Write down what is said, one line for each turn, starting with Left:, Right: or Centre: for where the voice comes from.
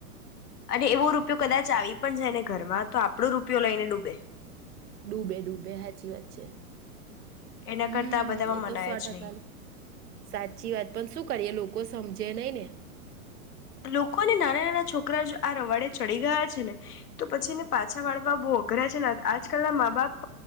Left: અને એવો રૂપિયો કદાચ આવી પણ જાય ને ઘરમાં તો આપણો રૂપિયો લઈને ડૂબે.
Right: ડૂબે ડૂબે હાચી વાત છે.
Left: એના
Right: હમ્મ,
Left: કરતાં આ બધામાં
Right: એતો
Left: મનાય
Right: સો
Left: જ
Right: ટકાની
Left: નહીં
Right: સાચી વાત પણ શું કરીએ એ લોક કો સમજે નહી ને.
Left: લોકો ને નાના નાના છોકરા જો આ રવાડે ચડી ગયા છે ને તો પછીને પાછા વાળવા બહુ અઘરા છે ને આજકાલના મા બાપ